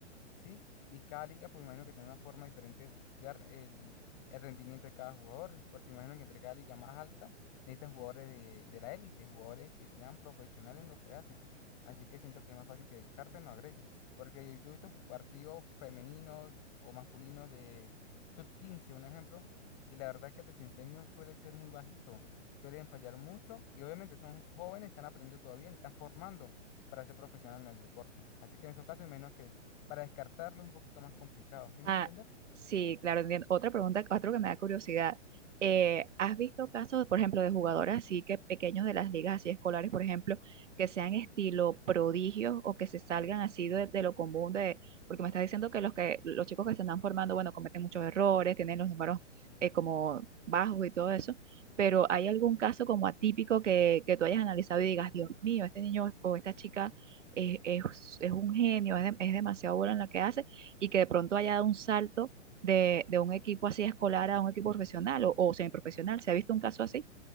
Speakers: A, on the left; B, on the right.
A: Sí, y cada liga, pues imagino que tiene una forma diferente de juzgar el, el rendimiento de cada jugador, porque imagino que entre cada liga más alta necesitan jugadores de, de la élite, jugadores que sean profesionales en lo que hacen. Así que siento que es más fácil que descarten o agreguen, porque yo he visto ju- partidos femeninos o masculinos de sub quince un ejemplo, y la verdad que el desempeño suele ser muy bajito, suelen fallar mucho y obviamente son jóvenes, están aprendiendo todavía, se están formando para ser profesionales en el deporte. Así que en esos casos, menos para descartarlo es un poquito más complicado, ¿sí me
B: Ah,
A: voy a entender?
B: sí, claro, entiendo. Otra pregunta, otro que me da curiosidad. eh, ¿has visto casos, por ejemplo, de jugadores así que pequeños de las ligas así escolares, por ejemplo, que sean estilo prodigios o que se salgan así de, de lo común de, porque me estás diciendo que los que los chicos que se están formando, bueno, cometen muchos errores, tienen los números eh, como bajos y todo eso, pero ¿hay algún caso como atípico que, que tú hayas analizado y digas, Dios mío, este niño o esta chica es, es- es un genio, es, de- es demasiado bueno en lo que hace? y que de pronto haya dado un salto de, de un equipo así escolar a un equipo profesional o, o semiprofesional. ¿Se ha visto un caso así?